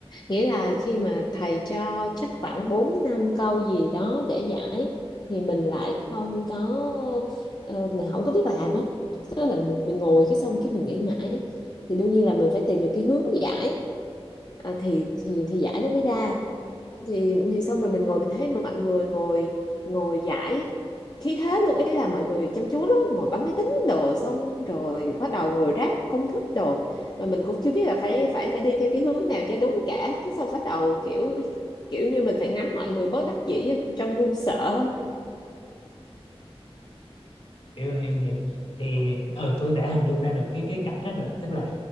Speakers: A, on the left; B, on the left.
A: nghĩa là khi mà thầy cho chắc khoảng 4 năm câu gì đó để giải thì mình lại không có ờ, mình không có biết làm á tức là mình, mình ngồi cái xong cái mình nghĩ mãi thì đương nhiên là mình phải tìm được cái hướng giải à, thì thì thì giải nó mới ra thì thì xong rồi mình ngồi mình thấy mọi người ngồi ngồi giải khí thế luôn ý là mọi người chăm chú lắm ngồi bấm máy tính đồ xong rồi bắt đầu ngồi ráp công thức đồ mà mình cũng chưa biết là phải phải phải đi theo cái hướng nào cho đúng cả cái xong bắt đầu kiểu kiểu như mình phải ngắm mọi người bớt đắc dĩ trong run sợ
B: hiểu hiểu hiểu thì ờ tôi đã hình dung ra được cái cái cảnh đó rồi tức là